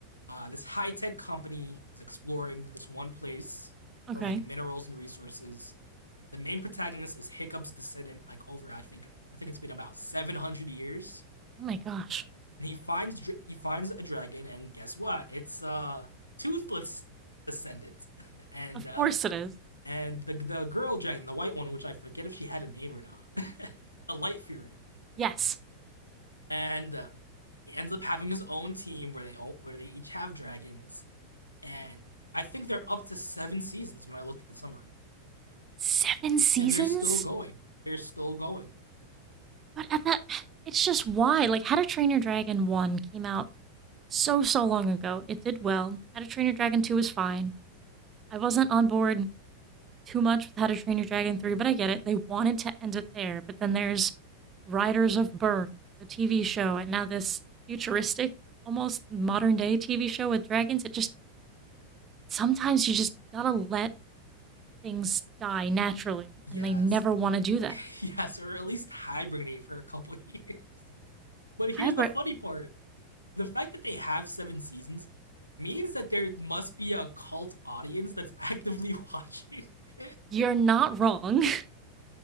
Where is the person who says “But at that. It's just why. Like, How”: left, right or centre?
Right